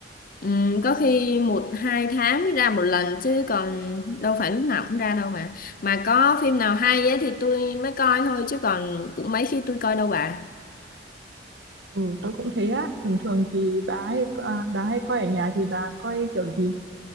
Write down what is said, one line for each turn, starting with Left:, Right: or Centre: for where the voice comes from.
Left: ừm, có khi một hai tháng mới ra một lần chứ còn đâu phải lúc nào cũng ra đâu mà mà có phim nào hay ấy, thì tôi mới coi thôi chứ còn cũng mấy khi tôi coi đâu bà
Right: Ừ, tôi cũng thế á, thường thường thì bà hay, à, bà hay coi ở nhà thì bà coi kiểu gì?